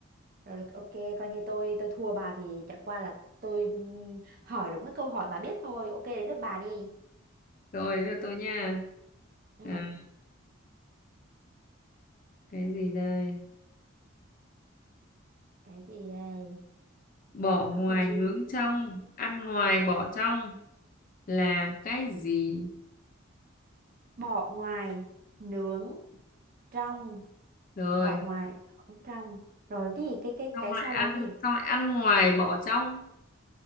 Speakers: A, on the right (about 40°); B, on the left (about 40°).
A: Rồi ok, coi như tôi tôi thua bà vì chẳng qua là tôi ừm, hỏi đúng cái câu hỏi bà biết thôi. Ok, đến lượt bà đi.
B: Rồi, bây giờ tôi nha.
A: Ừ,
B: À, cái gì đây?
A: cái gì đây?
B: bỏ ngoài
A: Có cần gì?
B: nướng trong ăn ngoài bỏ trong là cái gì
A: Bỏ ngoài, nướng trong,
B: rồi
A: bỏ ngoài, nướng trong. Rồi cái gì? Cái cái
B: xong
A: cái
B: lại
A: sau
B: ăn
A: là cái gì?
B: xong lại ăn ngoài bỏ trong